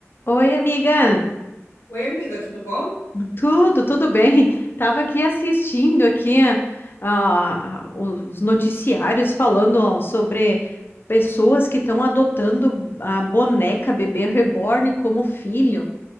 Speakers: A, on the left; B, on the left.
A: Oi, amiga.
B: Oi, amiga, tudo bom?
A: Tudo, tudo bem? Tava aqui assistindo aqui ah, os noticiários falando ó, sobre pessoas que estão adotando a boneca bebê reborn como filho.